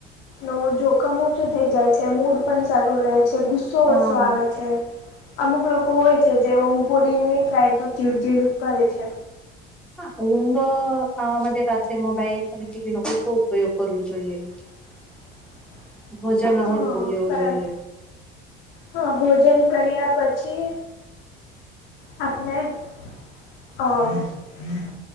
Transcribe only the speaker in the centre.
હા
હા.
હા ઊંઘ આવા માટે રાત્રે મોબાઈલ અને ટીવી નો ઓછો ઉપયોગ કરવો જોઈએ <unintelligible>
ભોજન
હલકું લેવું
જોઈએ